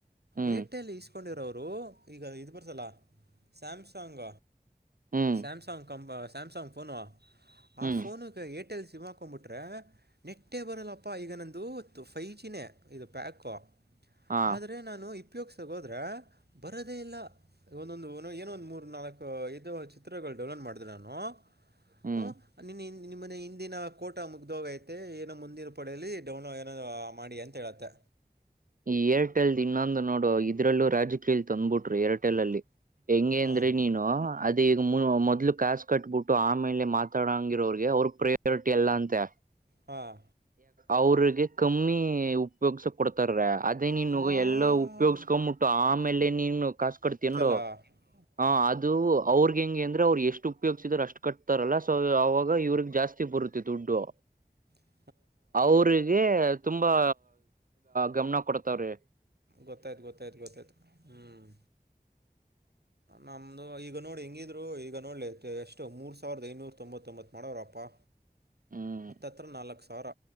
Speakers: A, on the right; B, on the right.
A: ಹ್ಮ್
B: ಏರ್ಟೆಲ್ ಇಸ್ಕೊಂಡಿರೋವರು ಈಗ ಇದು ಬರ್ಸಲ್ಲ ಸ್ಯಾಮ್ಸಂಗ.
A: ಹ್ಮ್
B: ಸಾಮಸಂಗ್ ಕ ಸಾಮಸಂಗ್ ನುವಾ. ಆ
A: ಹ್ಮ್
B: ಫೋನುಗೆ ಏರ್ಟೆಲ್ ಸಿಮ್ ಹಾಕ್ಕೊ್ಬಿಟ್ರೆ ನೆಟ್ಟೇ ಬರಲ್ಲಪ್ಪ ಈಗ ನಂದುತ್ತು ಫೈ ಜಿನೇ. ಇದು ಪ್ಯಾಕೋ
A: ಹಾ
B: ಆದ್ರೆ ನಾನು. ಉಪಯೋಗಸೋದ್ರೆ ಬರದೇ ಇಲ್ಲ ಒಂದೊಂದು ಏನೊಂದ ಮೂರ್ ನಾಲ್ಕು ಇದು ಚಿತ್ರಗಳು. ಡೆವಲಪ್ ಮಾಡಿದೆ ನಾನು.
A: ಹ್ಮ್
B: ಹ ನಿನ್ ನಿಮ್ಮನೆ ಹಿಂದಿನ ಕೋಟ ಮುಗ್ದೋಗೈತೆ ಏನೋ ಮುಂದಿನ. ಪಡಲಿ ಡೌನ್ ಏನ ಮಾಡಿ ಅಂತ ಹೇಳತ್ತೆ.
A: ಈ ಏರ್ಟೆಲ್ದ್ ಇನ್ನೊಂದು ನೋಡು ಇದ್ರಲ್ಲೂ ರಾಜಕೀಯಲ್ಲಿ ತಂದ್ಬಿಟ್ರು ಎರರ್ಟೆಲ್ ಅಲ್ಲಿ ಹೆಂಗಗೆ
B: ಹಾಂ
A: ಅಂದ್ರೆ ನೀನು. ಈಗ ಮೊದ್ಲು ಕ್ಯಾ ಕಟ್ಬಿಟ್ಟು ಆಮೇಲೆ ಮಾತಾಡಂಗಿರೋಗೆ ಅವ್ರಗ್ ಪ್ರಯಾರಿಟಿ ಎಲ್ಲ ಅಂತೆ.
B: ಹಾಂ
A: ಅವ್ರಿಗೆ ಕಮ್ಮಿ. ಉಪಯೋಗ್ಸ ಕೊಡ್ತಾರ ಅದೇ ನೀನು
B: ಹಾಂ
A: ಎಲ್ಲ ಉಪಯೋಗ್ಸ್ಕೊಂಡ್ಂಬಟ್ಟು ಆಮೇಲೆ ನೀನ್ ಕಸು ಕಡ್ತೀ ನೋಡ.
B: ಹಾ.
A: ಹ ಅದು ಅವ್ರ. ಹೆಂಗೆ ಅಂದ್ರೆ ಅವ್ರು ಎಷ್ಟು ಉಪಯೋಗ್ಸಿದರು ಅಷ್ಟ್ ಕಟ್ತಾರಲ್ಲ ಸೊ ಅವಾಗ ಇವ್ರಗ್ ಜಾಸ್ತಿ ಬರುತ್ತೆ ದುಡ್ಡು.
B: ಹ. <inaudible>
A: ಅವ್ರಿಗೆ ತುಂಬಾ ಗಮನ ಕೊಡತವ್ರಿ.
B: ಗೊತ್ತಾಯ್ತ್ತು ಗೊತ್ತಾಯ್ತು ಗೊತ್ತಾಯ್ತು ಹ್ಮ್ ನಮ್ಮ. ಈಗ ನೋಡಿ ಹೆಂಗಿದ್ರು ಈಗ ನೋಡ್ಲಿ ಎಷ್ಟು ಮೂರ್ ಸಾವಿರದ ಐನೂರ ತೊಂಬತ್ತೊಂಬತ್ ಮಾಡೋರಪ್ಪಾ.
A: ಹ್ಮ್
B: ಹತ್ತತ್ರ ನಾಲ್ಕು ಸಾವಿರ